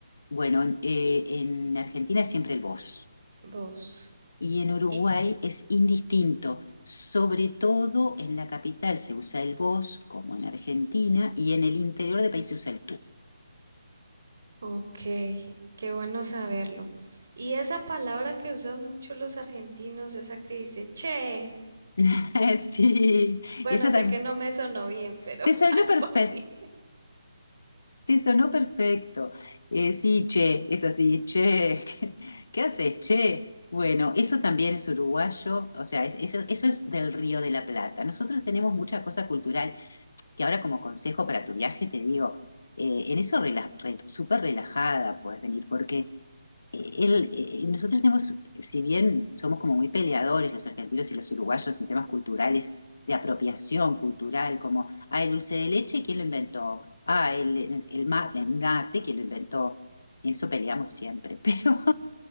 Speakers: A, on the left; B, on the right.
A: Bueno, en eh, en Argentina es siempre el vos
B: vos.
A: y en Uruguay
B: Y,
A: es indistinto. Sobre todo en la capital se usa el vos, como en Argentina, y en el interior del país se usa el tú.
B: ok, qué bueno saberlo. Y esa palabra que usan mucho los argentinos, esa que dice che,
A: <laughs> Sí,
B: bueno,
A: esa
B: sé
A: también.
B: que no me sonó bien, pero
A: Te salió
B: <laughs> algo
A: perfecto,
B: así.
A: te sonó perfecto. Eh, sí, che, es así, che. <laughs> ¿Qué, qué haces, che? Bueno, eso también es uruguayo, o sea, es- eso, eso es del Río de la Plata. Nosotros tenemos mucha cosa cultural que ahora como consejo para tu viaje te digo, eh, en eso rela- re- súper relajada puedes venir, porque eh, él, eh, eh, nosotros tenemos, si bien somos como muy peleadores los argentinos y los uruguayos en temas culturales, de apropiación cultural, como, ah, el dulce de leche, ¿quién lo inventó? Ah, el, el mate, el mate, ¿quién lo inventó? Y en eso peleamos siempre, <laughs> pero,